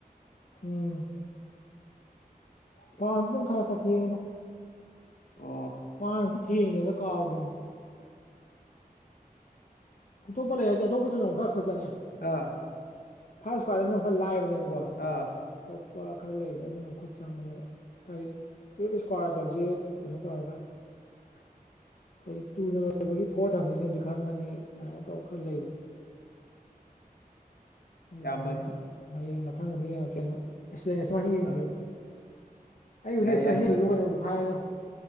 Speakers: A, on the left; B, on the left.
A: ꯎꯝ ꯄꯁꯤ ꯑꯗꯨꯝ ꯈꯔ ꯈꯔ ꯊꯑꯗ
B: ꯑꯣ
A: ꯋꯥꯥꯟꯁꯤ ꯊꯦꯡꯉꯦꯕꯗ ꯀꯥꯎꯒꯦ ꯑꯇꯣꯞꯄ ꯂꯩꯔꯁꯦ ꯑꯇꯣꯞꯄꯗꯅ ꯑꯃꯨꯛ ꯈꯔ ꯈꯨꯠ ꯆꯪꯉꯦ
B: ꯑꯥ
A: ꯐꯥꯔ ꯏꯁ ꯑꯃꯨꯛ ꯈꯔ ꯂꯥꯏꯕꯅꯦꯕ ꯋꯥ
B: ꯑꯥ
A: ꯑꯇꯣꯞꯄ ꯈꯔ ꯂꯩꯕꯅꯦ ꯑꯗꯨꯅ ꯃꯈꯠ ꯆꯪꯕꯅꯦꯕ ꯍꯥꯏꯗꯤ ꯇꯨꯋ ꯏꯁꯀ꯭ꯋꯥꯔꯒꯁꯖꯦ ꯀꯩꯅꯣ ꯇꯧꯔꯒ
B: ꯎ
A: ꯍꯥꯏꯗꯤ ꯇꯨꯅ ꯂꯣꯏꯕꯒꯤ ꯐꯣꯔ ꯊꯝꯕꯤꯅꯦꯕꯨꯗꯤ ꯈꯪꯉꯅꯤ ꯑꯗꯨꯃꯥꯏꯅ ꯇꯧꯔ ꯈꯔ ꯂꯩꯕꯅꯤ ꯑꯩꯗꯨꯗꯨꯅ
B: ꯌꯥꯝꯕꯅꯤ
A: ꯃꯌꯦꯡ ꯃꯊꯪꯒꯨꯝꯕ ꯌꯦꯡꯉꯛꯀꯦ ꯑꯦꯛꯁꯄ꯭ꯂꯦꯅꯦꯟꯁ ꯃꯥ ꯌꯦꯡꯈꯤꯑꯕ
B: ꯑꯥ
A: ꯑꯩꯕꯨꯗꯤ
B: ꯌꯥꯏ
A: ꯏꯁꯄꯁꯁꯨ
B: ꯌꯥꯏ
A: ꯀꯩꯅꯣꯕꯨꯗꯤ ꯐꯥꯏꯔꯣ